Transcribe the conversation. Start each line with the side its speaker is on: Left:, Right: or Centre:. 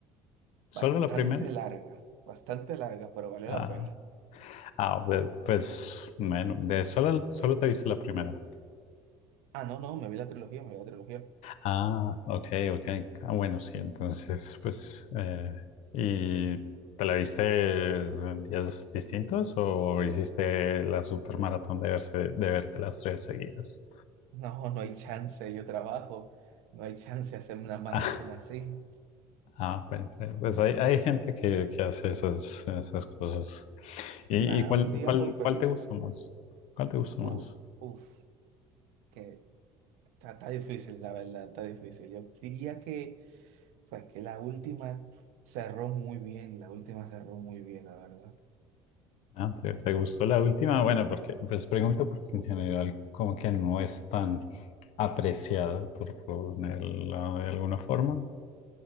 Right: Bastante
Left: ¿Solo la primera?
Right: larga, bastante larga, pero valió
Left: Ah,
Right: la pena.
Left: ah, be- pues, bueno, de solo, solo te viste la primera.
Right: Ah, no, no, me vi la trilogía, me vi la trilogía.
Left: Ah, ok, ok. Ah, bueno, sí, entonces, pues, eh, ¿y te la viste en días distintos o hiciste la supermaratón de verse, de verte las tres seguidas?
Right: No, no hay chance, yo trabajo, no hay chance de hacerme una
Left: <laughs>
Right: maratón así.
Left: Ah, ah, bueno, pues hay, hay gente que, que hace esas, esas cosas. ¿Y,
Right: Nada,
Left: y cuál,
Right: un día
Left: cuál,
Right: por película.
Left: cuál te gustó más? ¿Cuál te gustó
Right: Uf,
Left: más?
Right: uf, que está, está difícil, la verdad, está difícil. Yo diría que, pues, que la última cerró muy bien, la última cerró muy bien, la verdad.
Left: Ah, ¿te, te gustó la última? Bueno, porque, pues pregunto porque en general como que no es tan apreciada, por ponerla de alguna forma.